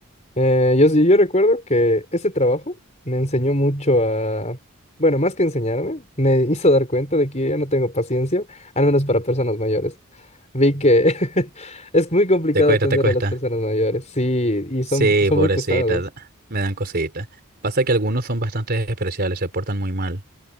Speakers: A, on the left; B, on the right.
A: Eh, yo, sí- yo recuerdo que ese trabajo me enseñó mucho a, bueno, más que enseñarme, me <laughs> hizo dar cuenta de que yo ya no tengo paciencia, al menos para personas mayores. Vi que <laughs> es muy complicado
B: Te cuesta,
A: atender
B: te cuesta.
A: a las personas mayores, sí, y son,
B: Sí,
A: son
B: pobrecita,
A: muy pesados.
B: da- me dan cositas. Pasa que algunos son bastante especiales, se portan muy mal.